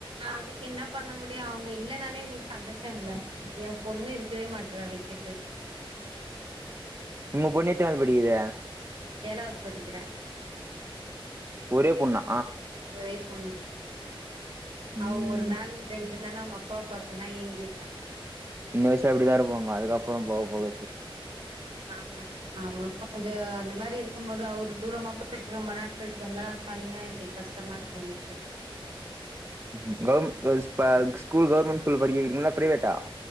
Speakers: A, on the right; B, on the right.
A: அதுக்கு என்ன பண்ண முடியு அவங்க இல்லனாலே எங்ளுக்கு சந்தோஷோ இல்ல ஏ பொண்ணு இருக்கவே மாட்றா விட்டுட்டு
B: உங்க பொண்ணு எத்தினாவது படிக்குது
A: ஏழாவது படிக்கிற
B: ஒரே பொண்ணா
A: ஒரே பொண்ணு
B: ம்
A: அவ ஒரு நாள் ரெண்டு நாள் அவங்க அப்பாவ பாக்கலனா ஏங்கிறா
B: இந்த வயசுல அப்டிதா இருப்பாங்க அதுக்கப்றோ
A: ம்
B: போக போக
A: ஆமா ஆமா கொஞ்சோ அந்த மாரி இருக்கும்போது அவர் தூரமா போய் ரொம்ப நாள் கழிச்சு வந்தா தனியா எப்டி கஷ்டோ கஷ்டமா இருக்குள்ள
B: ம் கவ்‌ இப்ப ஸ்கூல் கவுர்மெண்ட் ஸ்கூல்ல படிக்க வெக்கிறீங்ளா இல்ல ப்ரைவேட்டா